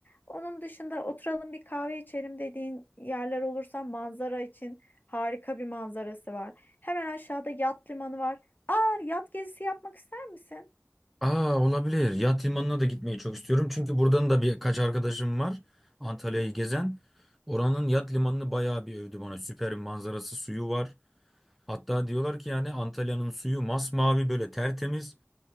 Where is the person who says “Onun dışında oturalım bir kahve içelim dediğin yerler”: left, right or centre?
Left